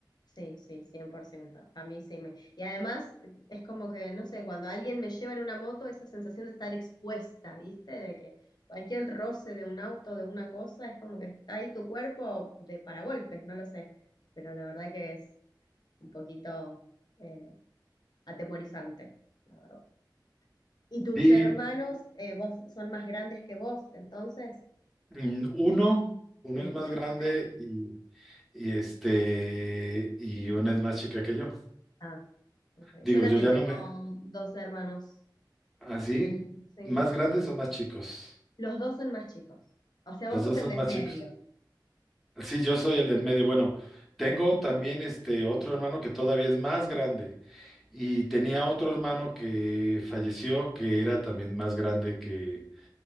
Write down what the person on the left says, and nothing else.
Sí, sí, 100%. A mí sí me... Y además eh, es como que, no sé, cuando alguien me lleva en una moto, esa sensación de estar expuesta, ¿viste? De que cualquier roce de un auto, de una cosa, es como que está ahí tu cuerpo de paragolpes, no lo sé. Pero la verdad que es un poquito eh, atemorizante, la verdad. ¿Y tus
Sí, hermanos, eh, vos son más grandes que vos, entonces?
Mm.
Ah, ok.
Yo también
tengo
dos hermanos,
sí.
Los dos son más chicos. O sea, vos
sos
el
del
medio.
Mm.